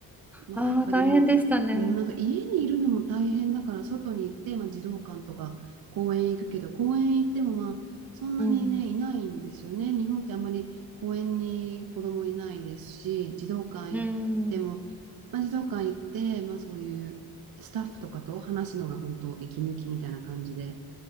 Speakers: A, on the right; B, in the centre.
A: まあ、
B: ああ、
A: やっぱりもう、
B: 大変でしたね。
A: なんか家にいるのも大変だから、外に行って、まあ、児童館とか公園行くけど、公園行っても、まあ、そんなにね、
B: うん。
A: いないんですよね。日本ってあんまり公園に子供いないですし、児童館行っても、
B: うん。
A: まあ、児童館行って、まあ、そういうスタッフとかと話すのが本当息抜きみたいな感じで。